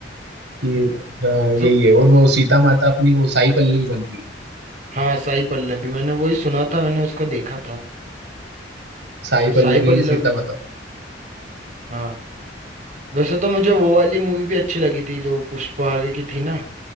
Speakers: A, on the right (about 75°); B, on the right (about 45°).
A: कि अ, यही
B: सब
A: है और वो सीता माता अपनी वो साई पल्लवी बन रही है।
B: हाँ साई पल्लवी मैंने वही सुना था मैंने उसको देखा था
A: साई पल्लवी
B: साई पल्लवी
A: सीता
B: का।
A: माता
B: हाँ वैसे तो मुझे वो वाली मूवी भी अच्छी लगी थी जो पुष्पा आगे की थी ना